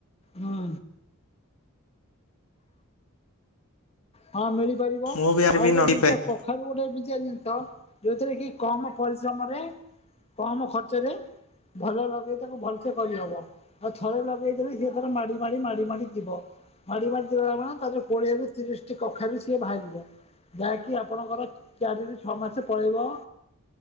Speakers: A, on the left; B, on the left.
A: ହଁ। ହଁ ମିଳିପାରିବ
B: ମୁଁ ବି ଆର
A: ।ଆଉ
B: ବି
A: ଗୋଟେ
B: ଲଗେଇପାରିବି
A: ଜିନିଷ କଖାରୁ ଗୋଟେ <unintelligible> ଯୋଉଥିରେ କି କମ ପରିଶ୍ରମରେ କମ ଖର୍ଚ୍ଚରେ ଭଲ ଲଗେଇ ତାକୁ ଭଲସେ କରିହବ ।ଆଉ ଥରେ ଲଗେଇ ସେର ମାଡ଼ି ମାଡ଼ି ମାଡ଼ି ମାଡ଼ି ଥିବ ମାଡ଼ି ମାଡ଼ି ତା କୋଡି ବି ତିରିଶ କି କଖାରୁ ବି ସିଏ ବାହାରିଯିବ ।ଯାହାକି ଆପଣଙ୍କର ଚାରିରୁ ଛଅ ମାସ ପଳେଇବ